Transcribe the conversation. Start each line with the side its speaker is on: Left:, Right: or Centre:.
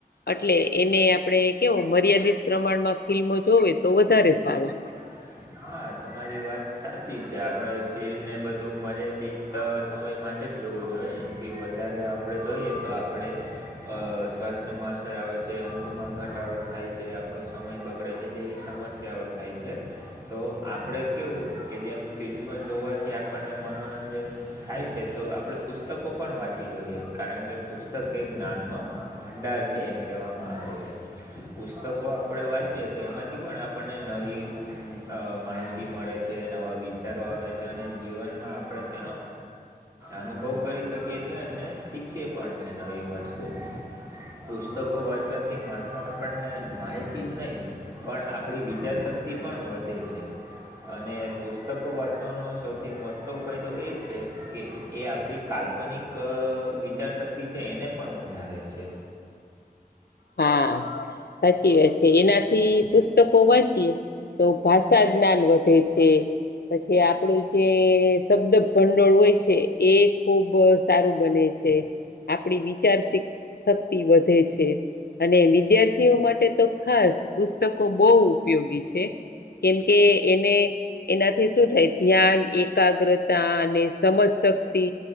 Left: અટલે એને આપણે કેવું? મર્યાદિત પ્રમાણમાં ફિલ્મો જોવે તો વધારે સારું.
Right: સારું હા તમારી વાત સાચી છે, આપડે ફિલ્મ ને એ બધું મર્યાદિત સમય માટે જ જોવું જોઈએ, એનાથી વધારે આપણે જોઈએ તો આપડે અહ સ્વસ્થ થ્યમાં અસર આવે છે, ઊંઘમાં ઘટાડો થાય છે, આપણો સમય બગડે છે, જેવી સમસ્યાઓ થાય છે. તો આપડે કેવુ કે જેમ ફિલ્મ જોવાથી આપણને મનોરંજન થાય છે તો આપણે પુસ્તકો પણ વાંચવી જોઈએ. કારણ કે પુસ્તક એ જ્ઞાનનો ભંડાર છે એમ કહેવામાં આવે છે. પુસ્તકો આપણે વાંચ ચીએ, તો એમાંથી પણ આપણને નવી અહ માહિતી મળે છે, નવા વિચારો આવે છે. અને જીવનમાં આપણે તેનો અનુભવ કરી શકીએ છીએ, અને શીખીએ પણ છે નવી વસ્તુ. પુસ્તકો વાંચવાથી માત્ર આપણને માહિતી જ નહીં પણ આપણી વિચારશક્તિ પણ વધે છે. અને પુસ્તકો વાંચવાનો સૌથી ફાયદો એ છે, કે એ આપણી કાલ્પ લ્પનિક વિચારશક્તિ છે, એને પણ વધારે છે.
Left: હા સાચી વાત છે. એનાથી પુસ્તકો વાંચીએ તો ભાષા જ્ઞાન વધે છે. પછી આપણું જે શબ્દ ભંડોળ હોય છે, એ ખૂબ સારું બને છે. આપણી વિચાર શીખ શક્તિ વધે છે. અને વિદ્યાર્થીઓ માટે તો ખાસ પુસ્તકો બહુ ઉપયોગી છે. કેમ કે, એને એનાથી શું થાય? ધ્યાન, એકાગ્રતા અને સમજશક્તિ